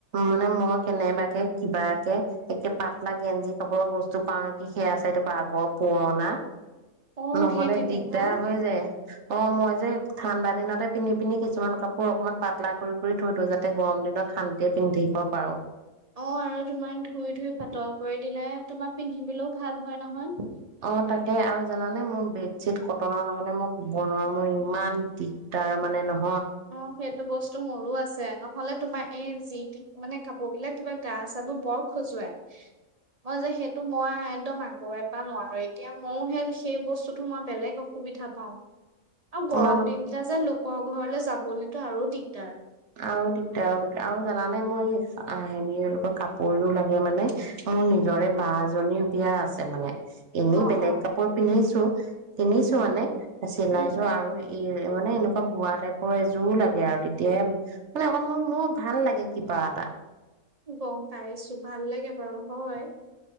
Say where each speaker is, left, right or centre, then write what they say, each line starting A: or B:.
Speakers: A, on the right; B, on the right.
A: মানে মই কেনেবাকে কিবাকে একে পাতলা গেঞ্জি কাপোৰৰ বস্তু পাও নেকি সেয়া আছে এইটো ক আগৰ পুৰণা
B: অ
A: নহলে
B: সেই তেনেকুৱা
A: দিগদাৰ হৈ যায় অ মই যে ঠাণ্ডা দিনতে পিন্ধি পিন্ধি কিছুমান কাপোৰ অকনমান পাতলা কৰি কৰি থৈ দি যাতে গৰম দিনত শান্তিয়ে পিন্ধিব পাৰো
B: অ আৰু তোমাৰ ধুই ধুই পাতল কৰি দিলে তোমাৰ পিন্ধি দিলেও ভাল হয় নহয়
A: অ তাকে আৰু জানানে মোৰ বেডশ্বিট কটনৰ নহলে মই শুব নোৱাৰু মোৰ ইমান দিগদাৰ মানে নহয়
B: অ সেইটো বস্তু মোৰো আছে নহলে তোমাৰ এ যি মানে কাপোৰ বিলাক কিবা গা চাবোৰ বৰ খজুৱাই অ যে সেইটো মই একদম আ সৰুৰেপৰা নোৱাৰো এতিয়া মই সেই বস্তুতো মই বেলেগ অসুবিধা পাও অঁ
A: তোমালোক
B: গৰম দিনকিটা যে লোক কৰ ঘৰলে যা খাবলেতো আৰু দিগদাৰ।
A: আৰু দিগদাৰ আৰু দিগদাৰ আৰু জানা নে মোৰ হেৰি কাপোৰযোৰ লাগে মানে মোৰ নিজৰে বা জনীৰ বিয়া আছে মানে। এনেই
B: অ
A: বেলেগ
B: অ
A: কাপোৰ পিন্ধিছো ত' কিনিছো
B: উম
A: মানে, চিলাইছো
B: উম
A: আৰু ই মানে, এনেকুৱা বোৱা টাইপৰ এযোৰো লাগে আৰু তেতিয়াহে মানে, অকণমান মোৰ ভাল লাগে কিবা এটা।
B: গম পাইছোঁ, ভাল লাগে বাৰু হয়